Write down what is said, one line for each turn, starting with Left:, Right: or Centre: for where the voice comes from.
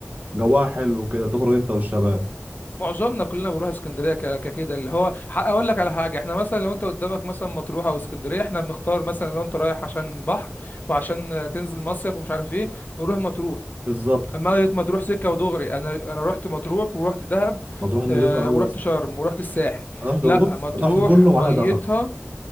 Right: جواها حلو كده تخرج انت والشباب
Left: معظمنا كلنا بنروح اسكندريه ك- ككده اللي هو ح- اقول لك على حاجه احنا مثلا لو انت قدامك مثلا مطروح او اسكندريه احنا بنختار مثلا لو انت رايح عشان بحر وعشان آه، تنزل مصيف ومش عارف ايه بنروح مطروح
Right: بالظبط
Left: اما مطروح سكه ودغري انا انا رحت مطروح ورحت دهب
Right: ما تروح نضيفه
Left: آه،
Right: قوي
Left: ورحت
Right: اصلا
Left: شرم ورحت الساحل
Right: انا رحت
Left: لا
Right: بص
Left: مطروح
Right: انا رحت كله ما
Left: ميتها
Right: عدا دهب